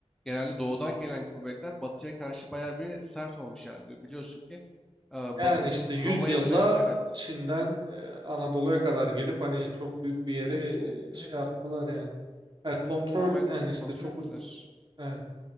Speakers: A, in the centre; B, on the right.
A: genelde doğudan gelen kuvvetler batıya karşı bayağı bir sert olmuş yani. Biliyorsun ki e, Ba-
B: yani işte 100
A: Roma'yı
B: yılda
A: bile evet
B: Çin'den e, Anadolu'ya kadar gelip hani çok büyük bir yeri
A: hepsini
B: e,
A: evet
B: şey yaptılar yani. E, kontrol
A: tamamen
B: yani işte
A: kontrol
B: çok
A: ettiler.
B: Evet.